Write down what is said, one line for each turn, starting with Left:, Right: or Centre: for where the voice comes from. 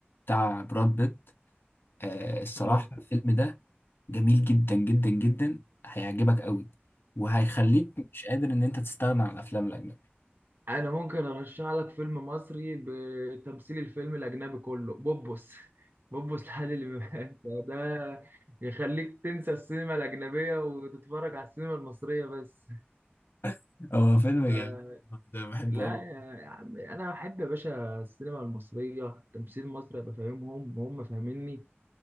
Left: بتاع براد بيت آه الصراحه
Right: اه
Left: الفيلم ده جميل جدا جدا جدا هيعجبك قوي وهيخليك مش قادر ان انت تستغنى عن الافلام الاجنبي
Right: انا ممكن ارشح لك فيلم مصري بتمثيل الفيلم الاجنبي كله بوبوس <laughs> بوبوس لعادل امام فده <laughs> يخليك تنسى السينما الاجنبيه وتتفرج على السينما المصريه بس
Left: <laughs> هو فيلم
Right: ف-
Left: جميل ده بحبه
Right: لا
Left: قوي
Right: يا عم انا بحب يا باشا السينما المصريه تمثيل مصري ابقى فاهمهم وهم فاهميني